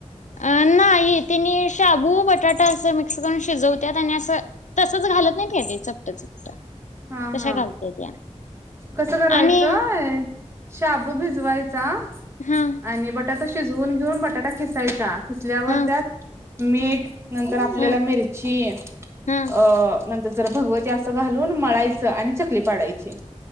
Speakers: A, on the left; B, on the right.
A: अ नाही ते मी शाबू बटाटा अस मिक्स करून शिजवत्यात आणि असं तसच घालत नाही ते चपट, चपट.
B: हा
A: तशा
B: हा.
A: घालत्याय त्या.
B: कसं करायचंय
A: आणि
B: शाबू भिजवाय. आ
A: हा
B: आणि बटाटा शि शिजवून घेऊन बटाटा किसायचा. किसल्यावर
A: हा
B: त्यात मीठ
A: हा
B: नंतर आपल्याला
A: हा
B: मिरची अ
A: हा
B: नंत- जरा भगवती असं घाल वून मळायचं आणि चकली पाडायची. छे!